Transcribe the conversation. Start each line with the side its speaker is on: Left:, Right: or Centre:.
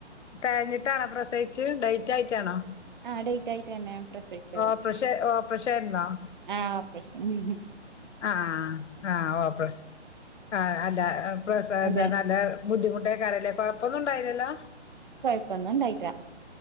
Left: തെയഞ്ഞിട്ടാണോ പ്രസവിച്ചെ ഡെയ്റ്റായിറ്റാണോ
Right: ആഹ് ഡേറ്റ് ആയിട്ട് തന്നെ പ്രസവിച്ചത്
Left: ഓപ്രഷേ ഓപ്രഷേര്ന്നൊ
Right: ആഹ് ഓപ്രഷ ഉം ഉം
Left: ആഹ് ആഹ് ഓപ്രഷ ആഹ് അല്ല പ്രസവവേദന
Right: അതെ
Left: അല്ല ബുദ്ധിമുട്ടേയ്ക്കാരല്ലേ കൊഴപ്പൊന്നു ഉണ്ടായില്ലല്ലോ
Right: കൊഴപ്പൊന്നും ഇണ്ടായിറ്റ